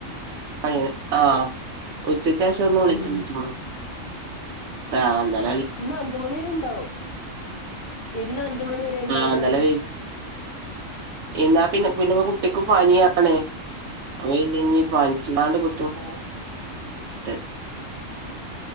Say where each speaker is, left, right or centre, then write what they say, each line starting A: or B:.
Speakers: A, on the right; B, on the left.
A: അയ്ൻ ആഹ് ആ ഉച്ചക്കേശം ഒന്ന് വെളിച്ചം
B: ഉം
A: വെച്ചിക്ണ് പ്രാന്തൻ
B: ഇന്ന് അഞ്ച് മണിവരേ ഇൻ ണ്ടാവും ഇന്നഞ്ചുമണി വരേണ്ടാവോന്നറിയി
A: ആ ഇന്നലെ നാ പിന്നെ <unintelligible> കുട്ടിക്ക് പനിയാണ് <unintelligible> പ ചിക്കാണ്ട്
B: ആഹ്
A: <unintelligible>